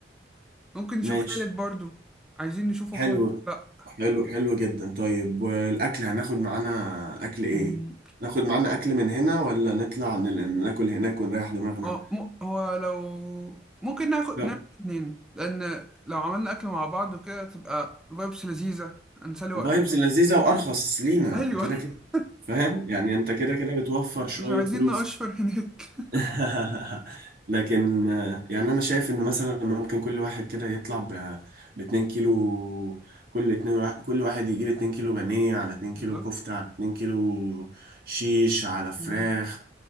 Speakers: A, in the centre; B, on the right.
A: ممكن نشوف
B: ماشي
A: خالد برضو عايزين نشوفه
B: حلو
A: فاضي ولا لا
B: حلو حلو جدا طيب والاكل هناخد معانا اكل ايه
A: مم.
B: ناخد معانا اكل من هنا ولا نطلع نل- ناكل هناك ونريح دماغنا
A: هو م- هو لو ممكن ناخد
B: لا
A: نعمل اتنين لان لو عملنا اكل مع بعض وكده تبقى فايبس لذيذة نسلي وقتنا
B: فايبز لذيذة وارخص لينا
A: ايوه
B: كده
A: <laughs>
B: كده فاهم يعني انت كده كده بتوفر شوية
A: مش عايزين
B: فلوس
A: نقشر هناك <laughs>
B: <laughs> لكن آه، يعني انا شايف ان مثلا ممكن كل واحد كده يطلع ب 2 كيلو كل اتنين وا- كل واحد يجيب 2 كيلو بانيه على 2
A: بالظبط
B: كيلو كفتة على 2 كيلو شيش على فراخ
A: مم.